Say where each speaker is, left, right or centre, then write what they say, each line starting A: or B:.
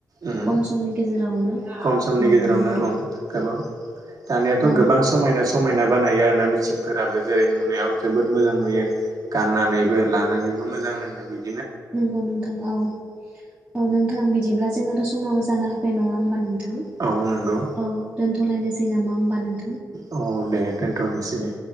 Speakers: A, on the right; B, on the right.
A: उम
B: खम समनि गेजेरावनो
A: खम समनि
B: औ
A: गेजेरावनो
B: नंगौ
A: औ गोबां दानियाथ'
B: औ
A: गोबां समायना समायना बानायो आरो ना मेचिनफोराबो जेरै नुनायाव जोबोद मोजां नुयो गाननानैबो लानानैबो मोजां नाङो बि
B: नंगौ नोंथां औ औ नोंथां बि दिब्ला जोंहाथ' समाबो जानो होफाय नङा होमबा नों थां
A: औ नंगौ
B: औ दोनथ'लायनोसै नामा होमबा नों
A: अ दे थ'निसै दे